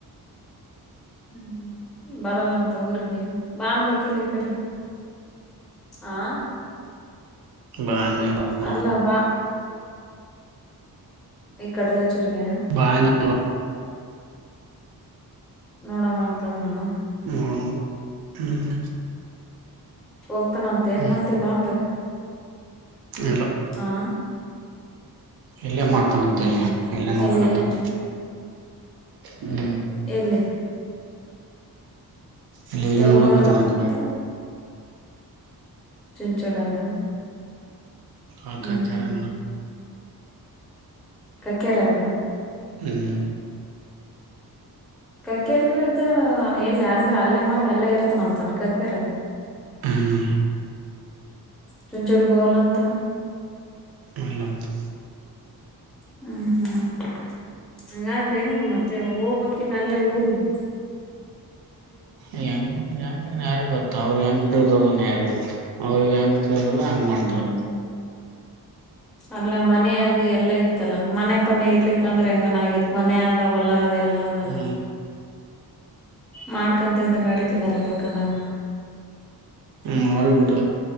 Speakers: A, in the centre; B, on the right.
A: ಹ್ಮ ಬರಲ್ಲಂತ ಊರಿಗೆ ಬಾ ಅನ್ಬೇಕಿಲ್ಲ್ ಈ ಕಡೆ ಆ
B: ಬಾನ್ಯ <unintelligible>
A: ಅಲ್ಲ ಬಾ ಈ ಕಡ್ ರಾಯ್ಚೂರ್ಗೇ.
B: ಬಾಂದೆ
A: ನೋಡಮ್ಮ ಅಂತಾರ್ನನು.
B: ನೋಡ್ ಮಂದ ಹ್ಮ್
A: ಹೋಗ್ತಾನಂತ ಏನ್
B: ಹ್ಮ್
A: ಮತ್ತೆ ಬಾಂಬೇಗ್
B: ಇಲ್ಲ
A: ಹಾ
B: ಇಲ್ಲೇ ಮಾಡ್ತಾನಂತ
A: ಹ್ಮ್
B: ಇಲ್ಲೆ
A: ಹ್ಮ್
B: ಇಲ್ಲೆ ನೋಡಕತ್ತನ
A: ಎಲ್ಲಿ ಇಲ್ಲಿ ಚು
B: ಹ್ಮ್
A: ಎಲ್ಲಿ
B: ಇಲ್ ಎಲ್ಲೋ
A: ಎಲ್
B: ನೋಡಾಕತ್ತಾನ
A: ನೋಡಕತ್ತನಂತ
B: ದುಡ್
A: ಚುಂಚೋಡಾಗ
B: ಅವ್ನ್
A: ಹ್ಮ್
B: ಕತೆ
A: ಹ್ಮ್
B: ರನ್ನ
A: ಕಕ್ಕೆರ್ಯಗ
B: ಹ್ಮ್
A: ಕಕ್ಕೇರಿಲಿದ್ದ ಎಲ್ ಅಂದ್ರ ಅಲ್ಲೇ ಮಾಡಿ ಅಲ್ಲೇ ಇರ್ತನಂತನ್ ಕಕ್ಕೇರಿಯ
B: ಹ್ಮ್
A: ನಿಮ್ ಜೋಡಿಗ್ ಹೋಗಲ್ಲಂತ
B: ಇಲ್ಲಂತ
A: ಹ್ಮ ಹ್ಮ್ ಹಂಗಾದ್ರ್ ಹೆಂಗ್ ಮತ್ತೆ ಹೋಗ್ಬಕ್ ಅಲ್ಲೇ ಊರರಿಗೆ
B: ಂಂಗ ಯಾರಿಿಗೆ ಗೊತ್ತು ಅವ್ರಿಗೆ ಹೆಂಗ ತಿ ಯಾರಿ ಗೊತ್ತು ಅವ್ರಿಗೆ ಹೆಂಗ ಹಂಗ ಮಾಡ್ತಾರೆ
A: ಹ್ಮ್ ಅಲ್ಲ ಮನೆ ಅದು ಎಲ್ಲ ಇ ಆತ್ತಲ್ಲಾ ಮನೆ ಪನೆ ಇರ್ಲಿಕ್ಕ ಅಂದ್ರೆ ಹೆಂಗನ ಆಗತ್ ಮನೆ ಆದ ಹೊಲ ಅದ ಎಲ್ಲಾ ಅದಲ್ಲ
B: ಹ್ಮ್
A: ಮಾಡ್ಕಂತಂದ್ರೆ ನಡೀತದಲ್ಲ ಬೇಕದಂಗ
B: ಹ್ಮ ಆರೋಗ ಬಿಟ್ಟ